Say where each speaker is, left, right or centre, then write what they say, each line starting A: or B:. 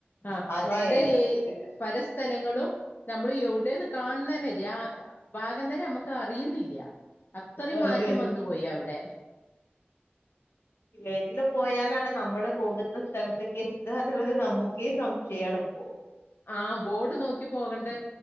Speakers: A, on the left (about 50°); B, on the left (about 80°).
A: അ
B: അതെ
A: പല ഏ
B: ഇപ്
A: പലസ്ഥ സ്ഥലങ്ങളും നമ്മൾ യൗവ്ടെന്ന് കാൺന്നന്നല്ല ആ ഭാഗം തന്നെ നമ്മക്ക് ക്ക് അറിയുന്നില്ല്യ അത്രയും
B: അതെ
A: മാറ്റം
B: അതെ
A: വന്നു പോയി അവ്ടെലെ
B: എതിലെ പോയാലാണ് നമ്മള് പോകുന്ന സ്ഥലത്തെക്ക് എത്തുക എന്നുള്ളത് നമ്മുക്കെ സംശയയാണ് ഇപ്പോ
A: ആ ബോഡ് നോക്കി പോകണ്ട